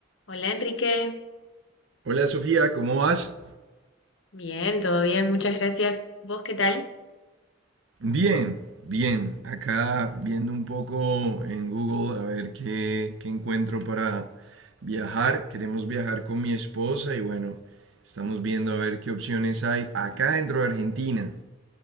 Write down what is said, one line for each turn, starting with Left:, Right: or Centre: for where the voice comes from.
Left: Hola Enrique,
Right: Hola Sofía, ¿cómo vas?
Left: bien, todo bien, muchas gracias. ¿Vos qué tal?
Right: Bien, bien. Acá viendo un poco en Google a ver qué, qué encuentro para viajar. Queremos viajar con mi esposa y bueno, estamos viendo a ver qué opciones hay acá dentro de Argentina.